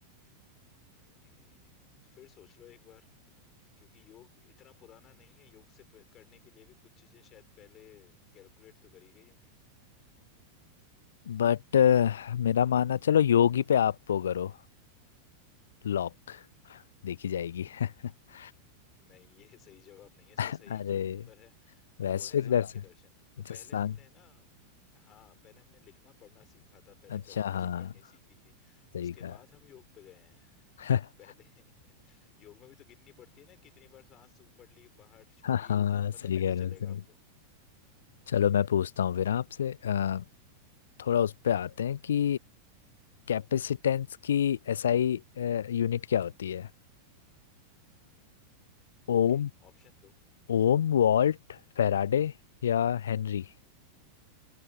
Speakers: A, on the left (about 30°); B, on the left (about 65°).
A: हम्म फिर सोच लो एक बार क्योंकि योग इतना पुराना नहीं है योग से प- करने के लिए भी कुछ चीजें शायद पहले कैलकुलेट तो करी गई होंगी
B: बट अ, मेरा मानना चलो योगी पे आप वो करो लॉक देखी जाएगी <laughs>
A: हम्म। नहीं ये सही जवाब नहीं है इसका
B: अरे
A: सही जो उत्तर है
B: वैश्विक
A: वो है सांख्य
B: अरे का दर्शन
A: दर्शन तो
B: अच्छा
A: पहले
B: सांग
A: हमने ना हाँ पहले हमने लिखना पढ़ना सीखा था पहले
B: अच्छा
A: कैलकुलेशन
B: हाँ
A: करनी सीखी थी
B: सही
A: उसके
B: कहा
A: बाद हम योग पे गए हैं
B: <laughs>
A: <laughs> पहले योग में भी तो गिननी पड़ती है ना कितनी बार सांस ऊपर ली बाहर छोड़ी
B: हाँ हाँ,
A: पता
B: सही
A: कैसे
B: कह रहे
A: चलेगा
B: हो सही
A: आपको
B: चलो मैं पूछता हूँ फिर आपसे अ, थोड़ा उस पे आते हैं कि कैपेसिटेंस की एसआई यूनिट क्या होती है ओम
A: ओके ऑप्शन दो
B: ओम वॉल्ट फेराडे या हेनरी